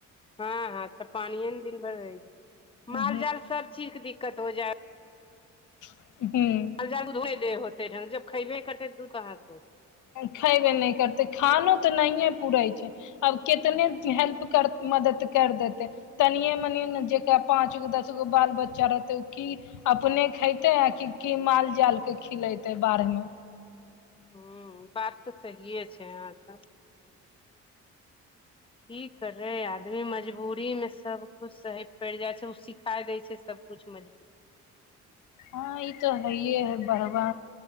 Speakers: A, on the left; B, on the left.
A: हँ, हँ, पानिये ने दिनभर रहै छै।
B: हूँ
A: माल जाल सभ चीजके दिक्कत हो जाइ
B: हूँ
A: जाल उध हो ढंग जब खबे करतै दू कहाँसँ
B: खैबे नहि करतै खानो तऽ नहिए पूरे छै, आब कतने। हेल्प कर मदद कर देतै। तनियए मनि जेकरा पाँचगो दसगो बाल बच्चा रहतै ओ कि। अपने खेते आ कि माल जालके खिलेते बाढ़मे
A: ह बात तऽ सहिे छै यहाँ सब की करै आदमी मजबूरी मे सब सही पड़ि जाइ छै ओ सिखाय देय छै सबकुछ मे
B: हँ ई तो हैये है बड़बा